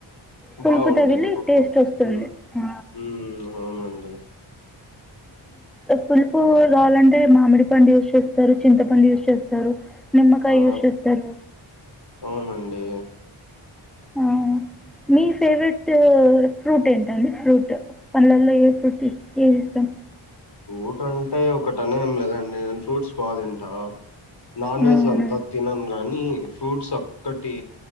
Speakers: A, in the centre; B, on the left (about 50°).
A: పులుపు
B: బాగుంటది
A: తగిలి
B: పప్పు
A: టేస్ట్ వస్తుంది
B: ఉమ్
A: ఆ!
B: ఉమ్ అవునండి <inaudible>
A: పులుపు రావాలంటే మామిడి పండు యూజ్ చేస్తారు చింతపండు యూజ్ చేస్తారు నిమ్మకాయ
B: ఆ
A: యూస్ చేస్తారు
B: అవునండి
A: ఆ మీ ఫేవరెట్ ఫ్రూట్ ఏంటండి ఫ్రూట్ పండ్లల్లో ఏ ఫ్రూట్ ఏది ఇష్టాం
B: ఫ్రూట్ అంటే ఒకటనేం లేదండి అన్ ఫ్రూట్స్ కాదంట నాన్ వెజ్
A: అవునా!
B: అంతా తినను గానీ ఫ్రూట్స్ ఒక్కటి